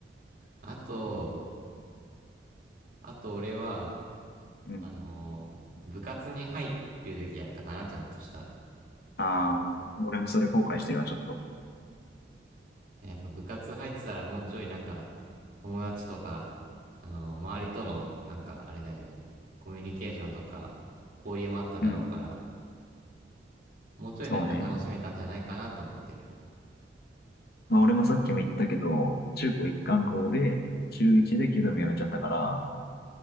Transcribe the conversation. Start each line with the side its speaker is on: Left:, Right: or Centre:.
Right: あと、あと俺は、
Left: うん。
Right: あの、部活に入るべきだったかな、ちゃんとした。
Left: ああ、俺もそれ後悔してるわ、ちょっと。
Right: ねやっぱ部活入ってたらもうちょいなんか友達とか、あの、周りとのなんかあれだよね、コミュニケーションとか交流もあっただろうから、
Left: うん。
Right: もうちょいなんか楽しめたんじゃないかなと思ってる。
Left: そうね。まあ、俺もさっきも言ったけど、中高一貫校で、中一で弓道部やめちゃったから、